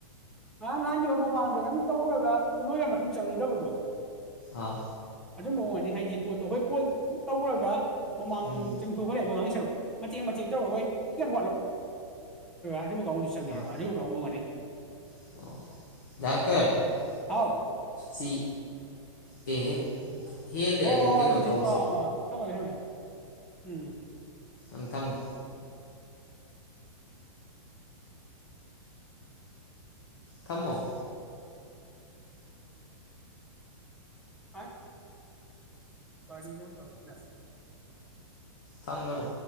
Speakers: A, in the centre; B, on the left (about 40°).
A: ꯉꯔꯥꯡ ꯅꯍꯥꯟꯒꯤ ꯃꯃꯥꯡꯗ ꯅꯪ ꯇꯧꯈ꯭ꯔꯒ ꯂꯣꯏꯔ ꯃꯇꯨꯡ ꯆꯪꯅꯤꯡꯗꯕꯗꯣ
B: ꯑꯥ
A: ꯑꯗꯨꯝꯕ ꯑꯣꯏꯅꯤ ꯍꯥꯏꯗꯤ ꯄꯣꯠꯇꯣ ꯑꯩꯈꯣꯏ ꯀꯣꯜ ꯇꯧꯈ꯭ꯔꯒ ꯃꯃꯥꯡ
B: ꯎꯝ
A: ꯆꯨꯝ ꯈꯣꯛꯈ꯭ꯔꯦ ꯃꯃꯥꯡꯁꯨ <unintelligible> ꯑꯗꯨꯕꯨ ꯀꯥꯎꯧꯗꯤ ꯆꯪꯉꯦꯕ
B: ꯑꯥ
A: ꯑꯗꯨꯕꯨ ꯀꯥꯎ ꯀꯪꯉꯅꯤ
B: <unintelligible>
A: ꯍꯥꯎ
B: ꯁꯤ ꯑꯦꯍꯦ ꯍꯦꯜꯂꯦ
A: ꯑꯣ
B: ꯀꯩꯅꯣ
A: ꯑꯗꯨ ꯑꯗꯨꯗꯤ
B: ꯇꯧꯁꯦ
A: ꯑ ꯑ ꯊꯝꯃꯒꯦ ꯊꯝꯃꯒꯦ ꯎꯝ
B: ꯎꯝ ꯊꯝꯃꯣ ꯊꯝꯃꯣ
A: ꯍꯥ ꯀꯔꯤꯅꯣ ꯇꯧꯔꯤꯁꯤꯅ
B: ꯊꯝꯒꯅꯣ